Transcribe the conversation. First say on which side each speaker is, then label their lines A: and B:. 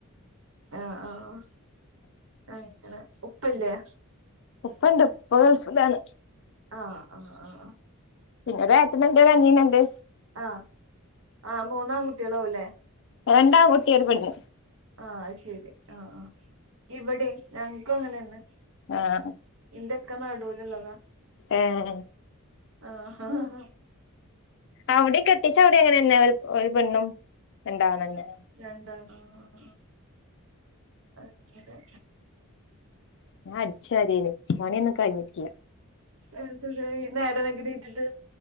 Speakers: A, on the right (about 60°); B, on the left (about 55°).
A: ആഹ് ആഹ് അങ്ങനെ ഉപ്പില്ലേ?
B: ഉപ്പണ്ട് ഉപ്പ ഗൾഫിലാണ്
A: ആഹ് ആഹ് ആഹ് ആഹ്
B: പിന്നോരെട്ടനുണ്ട് ഒരനീനുണ്ട്
A: ആഹ് ആ മൂന്നാംകുട്ടിളാവല്ലേ
B: രണ്ടാങ്കുട്ടി ഒരുപെണ്ണ്
A: ആഹ് അത്ശെരി ആഹ് ഇവിടിം ഞങ്ങക്കും അങ്ങനെന്ന്
B: ആഹ്
A: ഇന്റിക്ക നടൂലുള്ളതാ
B: ഏഹ് ഏ
A: ആഹ് ആഹ്
B: അവടി കെട്ടിച്ചവടെ അങ്ങനെന്നെ ഒര് ഒരു പെണ്ണും രണ്ടാണെന്നെ
A: രണ്ടാണോ ആഹ് ആഹ് അങ്ങനെ
B: ഞാൻ അടിച്ചാരേന് പണി ഒന്നും കയിഞ്ഞിട്ടില്ല
A: എന്ത് തെയി ഈ നേരവെഗ്ഗി നീറ്റ്ട്ട്